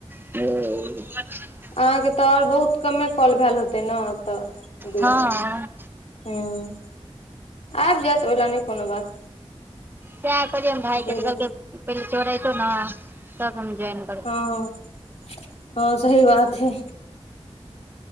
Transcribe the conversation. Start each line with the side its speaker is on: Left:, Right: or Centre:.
Right: औ
Left: अहाँके तै और बहुत कमे कॉल भेल हेतय न तै दुआरे
Right: हँ
Left: हूं आइब जाएत ओय लै नै कोनो बात
Right: सैह कहलियै हन भाय
Left: देबे
Right: के तै उ कहल कै पहिले जोरेतो नै तब हम जोएन
Left: हां-हां सही बात हय।